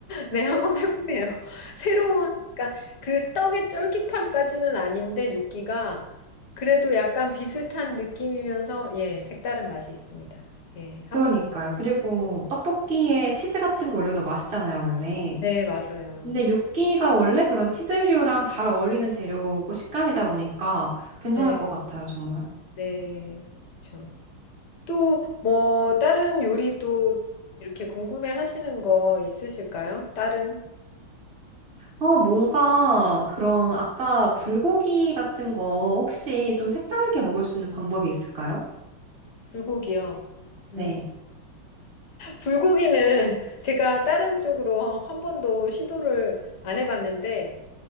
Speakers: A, on the left; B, on the right.
A: 네, 한 번 해보세요. <laughs> 새로운, 그러니까 그 떡의 쫄깃함까지는 아닌데, 요끼가 그래도 약간 비슷한 느낌이면서, 예, 색다른 맛이 있습니다. 예, 한번,
B: 그러니까요. 그리고 떡볶이에 치즈 같은 거 올려도 맛있잖아요, 원래.
A: 네, 맞아요.
B: 근데 뇨끼가 원래 그런 치즈류랑 잘 어울리는 재료고 식감이다 보니까 괜찮을
A: 네,
B: 것 같아요, 정말.
A: 네, 그렇죠. 또, 뭐, 다른 요리 또 이렇게 궁금해 하시는 거 있으실까요? 다른
B: 아, 뭔가 그런 아까 불고기 같은 거 혹시 좀 색다르게 먹을 수 있는 방법이 있을까요?
A: 불고기요.
B: 네,
A: 음, 불고기는 <laughs> 제가 다른 쪽으로 한 번도 시도를 안 해봤는데,